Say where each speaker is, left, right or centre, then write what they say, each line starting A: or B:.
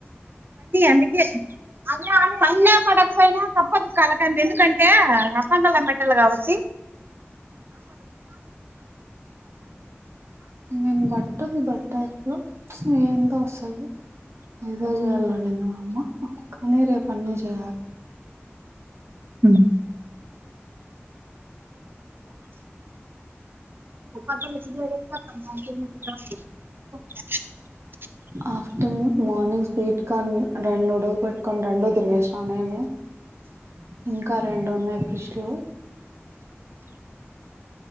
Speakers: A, on the right (about 50°); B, on the right (about 70°).
A: అందుకే <unintelligible> పడినా పడకపోయినా తప్పదు కలకండే ఎందుకంటే. కండలం మెట్టేలం కాబట్టి.
B: మేము బట్టకు బట్ట చూ. ప్చ్ ఏందో అసలు ఈరోజే చేయాలనిందా మా అమ్మ. కాని రేపన్న చేయాలి.
A: ఉమ్. <inaudible>
B: Afternoon mornings wait. కాని రెండు వడలు పెట్టుకొని రెండు తినేస్నా నేనే. ఇంకా రెండు ఉన్నాయి ఫిజ్ లో.